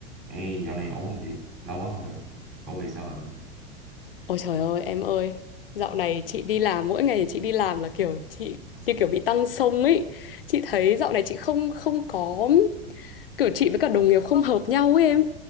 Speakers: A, on the right (about 35°); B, on the left (about 65°).
A: Ê, dạo này ổn không chị? Lâu quá không gặp. Công việc sao rồi?
B: Ôi trời ơi em ơi Dạo này chị đi làm Mỗi ngày chị đi làm là kiểu Chị như kiểu bị tăng xông ấy Chị thấy dạo này chị không không có Kiểu chị với cả đồng nghiệp không hợp nhau ấy em